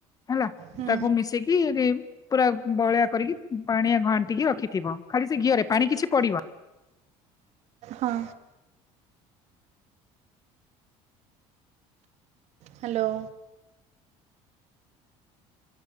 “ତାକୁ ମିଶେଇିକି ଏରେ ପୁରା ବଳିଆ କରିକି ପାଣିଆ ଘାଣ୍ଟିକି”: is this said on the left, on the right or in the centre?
Left